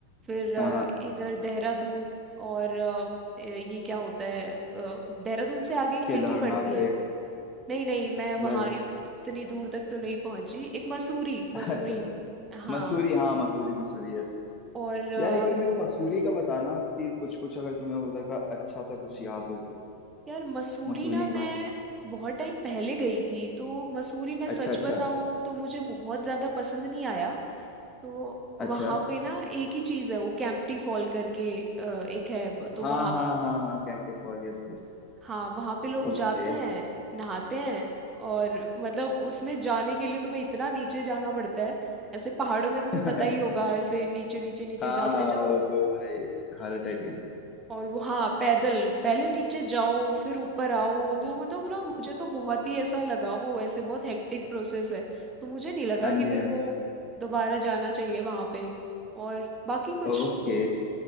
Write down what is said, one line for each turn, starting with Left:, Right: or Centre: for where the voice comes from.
Right: फिर अ,
Left: हाँ हाँ
Right: इधर देहरादून और अ, ये क्या होता है अ, देहरादून से आगे एक
Left: केदारनाथ
Right: सिटी पड़ती
Left: है
Right: है
Left: एक
Right: नहीं नहीं मैं
Left: यार
Right: वहाँ इतनी दूर तक तो नहीं पहुंची एक मसूरी
Left: <laughs>
Right: मसूरी
Left: अच्छा अच्छा
Right: हाँ
Left: मसूरी हाँ मसूरी मसूरी यस
Right: और अ,
Left: यार एक बार मेरे को मसूरी का बताना कि कुछ कुछ अगर तुम्हें उधर का अच्छा सा कुछ याद हो तो
Right: यार मसूरी
Left: मसूरी
Right: ना मैं
Left: के बारे में
Right: बहुत टाइम पहले गई थी तो मसूरी मैं सच
Left: अच्छा अच्छा
Right: बताऊं तो मुझे बहुत ज्यादा पसंद नहीं आया तो
Left: अच्छा
Right: वहाँ पे ना एक ही चीज है वो कैंपटी फॉल करके अ, एक है तो
Left: हाँ
Right: वहाँ
Left: हाँ हाँ हाँ कैंप के फॉल यस यस
Right: हाँ वहाँ पे लोग
Left: ओके
Right: जाते हैं नहाते हैं और मतलब उसमें जाने के लिए तुम्हें इतना नीचे जाना पड़ता है ऐसे पहाड़ों में तुम्हें
Left: <laughs>
Right: पता
Left: हाँ
Right: ही होगा ऐसे नीचे नीचे नीचे
Left: हाँ
Right: जाते जाओ
Left: वो तो भाई हालत टाइट होगी
Right: और वो हाँ पैदल पहले नीचे जाओ फिर ऊपर आओ तो मतलब ना मुझे तो बहुत ही ऐसा लगा वो ऐसे बहुत हेक्टिक प्रोसेस है तो मुझे नहीं लगा
Left: हाँ
Right: कि
Left: जी
Right: मेरे
Left: हाँ
Right: को
Left: जी समझ रहा
Right: दोबारा जाना चाहिए वहां पे और बाकी कुछ
Left: हूँ ओके